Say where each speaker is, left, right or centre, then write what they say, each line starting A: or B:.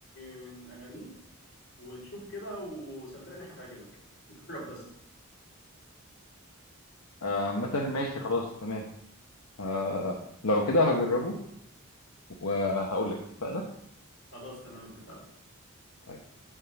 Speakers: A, on the left; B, on the left.
A: من اغانيه وتشوف كده وصدقني هتعجبك جرب بس
B: آه، عامة ماشي خلاص تمام آه، لو كده هجربه وهقول لك اتفقنا
A: خلاص تمام اتفقنا
B: طيب.